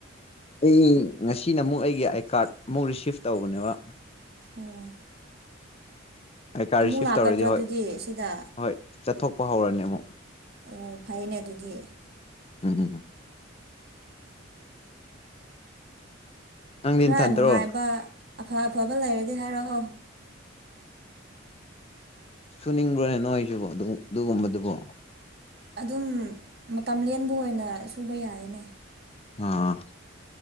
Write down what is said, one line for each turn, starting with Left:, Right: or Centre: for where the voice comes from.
Left: ꯑꯩ ꯉꯁꯤꯅ ꯑꯃꯨꯛ ꯑꯩꯒꯤ ꯑꯥꯏ ꯀꯥꯔꯠ ꯑꯃꯨꯛ ꯔꯤꯁꯤꯞ ꯇꯧꯕꯅꯦꯕ꯫
Right: ꯑꯣ
Left: ꯑꯥꯏ ꯀꯥꯔꯗ
Right: ꯑꯃꯨꯛ
Left: ꯔꯤꯁꯤꯞ
Right: ꯂꯥꯛꯀꯗ꯭ꯔꯥ
Left: ꯇꯧꯔꯗꯤ ꯍꯣꯏ
Right: ꯑꯗꯨꯗꯤ ꯁꯤꯗ
Left: ꯍꯣꯏ ꯆꯠꯊꯣꯛꯄ ꯍꯧꯔꯅꯤ ꯑꯃꯨꯛ꯫
Right: ꯑꯣ ꯐꯩꯅꯦ ꯑꯗꯨꯗꯤ꯫
Left: ꯎꯝ ꯎꯝ ꯅꯪꯗꯤ
Right: ꯈꯔ
Left: ꯅꯊꯟꯇ꯭ꯔꯣ
Right: ꯅꯨꯡꯉꯥꯏꯕ ꯑꯐ ꯑꯐꯕ ꯂꯩꯔꯗꯤ ꯍꯥꯏꯔꯛꯑꯣ꯫
Left: ꯁꯨꯅꯤꯡꯕ꯭ꯔꯣꯅꯦ ꯅꯣꯏ ꯑꯩꯁꯤꯕꯣ ꯑꯗꯨ ꯑꯗꯨꯒꯨꯝꯕꯗꯨꯕꯣ
Right: ꯑꯗꯨꯝ ꯃꯇꯝ ꯂꯦꯟꯕ ꯑꯣꯏꯅ ꯁꯨꯕ ꯌꯥꯏꯅꯦ꯫
Left: ꯑꯥ